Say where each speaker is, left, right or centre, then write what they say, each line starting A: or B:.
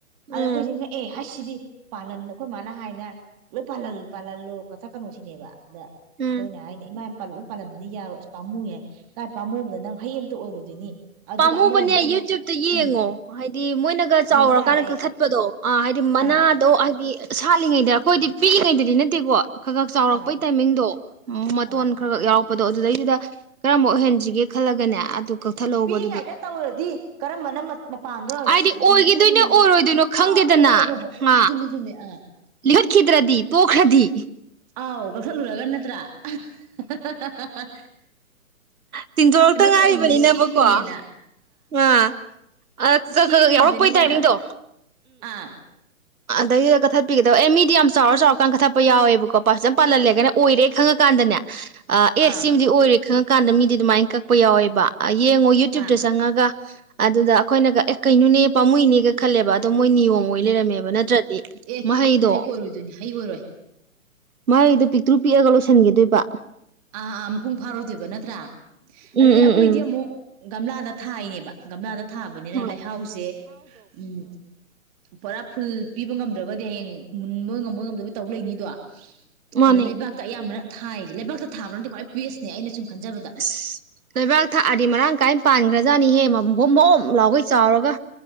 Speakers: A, on the right; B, on the right.
A: ꯑꯗ
B: ꯎꯝ
A: ꯑꯩꯈꯣꯏꯁꯦ ꯉꯛꯑꯦ ꯍꯁꯁꯤꯗꯤ ꯄꯥꯜꯂꯟ ꯑꯩꯈꯣꯏ ꯃꯥꯅ ꯍꯥꯏꯅ ꯂꯣꯏ ꯄꯥꯜꯍꯟ ꯄꯥꯜꯍꯜꯂꯣ ꯀꯊꯛꯀꯅꯣ ꯁꯤꯅꯦꯕ ꯑꯗ
B: ꯎꯝ
A: ꯑꯩꯈꯣꯏꯅ ꯍꯥꯏꯅ ꯏꯃꯥ ꯄꯥꯜꯂꯛꯎ ꯄꯥꯍꯟꯕꯗꯤ ꯌꯥꯔꯣꯏ ꯑꯁ ꯄꯥꯃꯨꯌꯦ ꯀꯥꯏ ꯄꯥꯝꯃꯨꯕꯗ ꯅꯪ ꯍꯩ ꯑꯝꯇ ꯑꯣꯏꯔꯣꯏꯗꯣꯏꯅꯤ ꯑꯗꯨꯒ
B: ꯄꯥꯝꯃꯨꯕꯅꯦ
A: ꯑꯃꯔꯣꯝꯗ ꯑꯃꯨꯛ
B: ꯌꯨꯇ꯭ꯌꯨꯞꯇ ꯌꯦꯡꯉꯣ
A: ꯎꯝ
B: ꯍꯥꯏꯗꯤ ꯃꯣꯏꯅꯒ ꯆꯥꯎꯔꯀꯥꯟꯗ
A: ꯌꯦꯡ ꯇꯥꯔꯦ ꯑꯩ
B: ꯀꯛꯊꯠꯄꯗꯣ ꯑꯥ ꯍꯥꯏꯗꯤ ꯃꯅꯥꯗꯣ
A: ꯑꯥ
B: ꯍꯥꯏꯗꯤ ꯁꯥꯠꯂꯤꯉꯩꯗ ꯑꯩꯈꯣꯏꯗꯤ ꯄꯤꯛꯂꯤꯉꯩꯗꯗꯤ ꯅꯠꯇꯦꯀꯣ ꯈꯛ ꯈꯛ ꯆꯥꯎꯔꯛꯄꯩ
A: ꯑꯥ
B: ꯇꯥꯏꯃꯤꯡꯗꯣ ꯃꯇꯣꯟ
A: ꯑꯥ
B: ꯈꯔ ꯈꯔ ꯌꯥꯎꯔꯛ ꯄꯣꯗꯣ ꯑꯗꯨꯗꯩꯗꯨꯗ ꯀꯔꯝꯕ ꯑꯣꯏꯍꯟꯁꯤꯒꯦ ꯈꯜꯂꯒꯅꯦ ꯑꯗꯨ ꯀꯛꯊꯠꯍꯧꯕ
A: ꯄꯤꯛꯂꯤꯉꯩꯗ ꯇꯧꯔꯗꯤ ꯀꯔꯝꯕꯅ ꯃꯄ ꯃꯄꯥꯟꯗꯣ
B: ꯍꯥꯏꯗꯤ
A: ꯁꯤ
B: ꯑꯣꯏꯒꯤꯗꯣꯏꯅꯣ
A: ꯍꯤꯡꯈꯤꯗꯣꯏꯅꯣ ꯍꯤꯡꯉꯣꯏꯗꯣꯏ
B: ꯑꯣꯏꯔꯣꯏꯗꯣꯏꯅꯣ ꯈꯪꯗꯦꯗꯅ
A: ꯑꯥ ꯍꯣ ꯍꯣ ꯍꯣ ꯍꯣ
B: ꯑ
A: ꯆꯨꯝꯃꯤ ꯆꯨꯝꯃꯤ ꯑꯥ
B: ꯂꯤꯈꯠꯈꯤꯗ꯭ꯔꯗꯤ ꯇꯣꯛꯈ꯭ꯔꯗꯤ
A: ꯑꯥꯎ ꯀꯛꯊꯠꯂꯨꯔꯒ ꯅꯠꯇ꯭ꯔꯥ ꯑꯍꯥ ꯍ ꯍ ꯍ ꯍ
B: ꯇꯤꯟꯗꯣꯔꯛꯇ ꯉꯥꯏꯔꯤꯕꯅꯤꯅꯕꯀꯣ
A: ꯇꯧꯔꯤꯅꯤꯅ ꯁꯦꯝꯃꯤꯅꯦꯅ
B: ꯑꯥ ꯑ ꯈ
A: ꯁꯦꯝꯃꯤꯕꯅꯤꯅꯅ
B: ꯈꯔ ꯌꯥꯎꯔꯛꯄꯩ ꯇꯥꯏꯃꯤꯡꯗꯣ
A: ꯑꯥ
B: ꯑꯗꯩ ꯀꯊꯠꯄꯤꯒꯗꯧꯕ ꯑꯦ ꯃꯤꯗꯤ ꯌꯥꯝ ꯆꯥꯎꯔ ꯆꯥꯎꯔꯀꯥꯟ ꯀꯠꯊꯠꯄ ꯌꯥꯎꯋꯦꯕꯀꯣ ꯄꯥ ꯐꯖ ꯄꯥꯜꯍꯜꯂꯦ ꯒꯥꯏꯅ ꯑꯣꯏꯔꯦ ꯈꯪꯉ ꯀꯥꯟꯗꯅꯦ ꯑꯦ
A: ꯑꯥ
B: ꯁꯤꯃꯗꯤ ꯑꯣꯏꯔꯤ ꯈꯪꯉꯀꯥꯟꯗ ꯃꯤꯗꯤ ꯑꯗꯨꯃꯥꯏꯅ ꯀꯛꯄ ꯌꯥꯎꯋꯦꯕ ꯌꯦꯡꯉꯣ ꯌꯨꯇ꯭ꯌꯨꯨꯞꯇ
A: ꯑꯥ
B: ꯆꯪꯉꯒ ꯑꯗꯨꯗ ꯑꯩꯈꯣꯏꯅꯒ ꯑꯦ ꯀꯩꯅꯣꯅꯦ ꯄꯥꯝꯃꯨꯏꯅꯦꯒ ꯈꯜꯂꯦꯕ ꯑꯗꯣ ꯃꯣꯏ ꯅꯤꯌꯣꯝ ꯑꯣꯏ
A: ꯎꯝ
B: ꯂꯩꯔꯝꯃꯦꯕ ꯅꯠꯇ꯭ꯔꯗꯤ
A: ꯑꯦ
B: ꯃꯍꯩꯗꯣ
A: ꯑꯗꯨꯗꯤ ꯑꯣꯏꯔꯣꯏꯗꯣꯏꯅꯦ ꯍꯩ ꯑꯣꯏꯔꯣꯏ
B: ꯃꯥꯒꯤꯗꯣ ꯄꯤꯛꯇ꯭ꯔꯨ ꯄꯤꯛꯑꯒ ꯂꯣꯏꯁꯤꯟꯈꯤꯗꯣꯏꯕ
A: ꯑꯥ ꯑ ꯑꯥ ꯃꯄꯨꯡ ꯐꯥꯔꯣꯏꯗꯣꯏꯕ ꯅꯠꯇ꯭ꯔꯥ ꯑꯗꯨꯗꯩꯗꯤ
B: ꯎꯝ ꯎꯝ
A: ꯑꯩꯈꯣꯏꯗꯤ
B: ꯎꯝ
A: ꯑꯃꯨꯛ ꯒꯝꯂꯥꯗ ꯊꯥꯏꯅꯦꯕ ꯒꯝꯂꯥꯗ ꯊꯥꯕꯅꯤꯅ
B: ꯍꯣꯏ
A: ꯂꯩꯍꯥꯎꯁꯦ ꯎꯝ ꯄꯨꯔꯥ ꯐꯨꯜ ꯄꯤꯕ ꯉꯝꯗ꯭ꯔꯒꯗꯤ ꯍꯌꯦꯡ ꯃꯨꯟꯕ ꯉꯝꯕ ꯉꯝꯗꯕꯣꯏ ꯇꯧ ꯂꯩꯅꯤꯗꯣ
B: ꯃꯥꯅꯦ
A: ꯑꯗ ꯂꯩꯕꯥꯛꯇ ꯑꯌꯥꯝꯕꯅ ꯊꯥꯏꯖꯦ ꯂꯩꯕꯥꯛꯇ ꯊꯥꯕꯅꯗꯤ ꯈ꯭ꯋꯥꯏ ꯕꯦꯁꯅꯦ ꯑꯩꯅ ꯁꯨꯝ ꯈꯟꯖꯕꯗ
B: ꯑꯁ ꯂꯩꯕꯥꯛ ꯊꯥꯛꯑꯗꯤ ꯃꯔꯥꯡ ꯀꯥꯏꯅ ꯄꯥꯟꯈ꯭ꯔꯖꯥꯠꯅꯤ ꯍꯦ ꯃ ꯍꯣꯝ ꯍꯣꯝ ꯂꯥꯎꯒꯩ ꯆꯥꯎꯔꯒ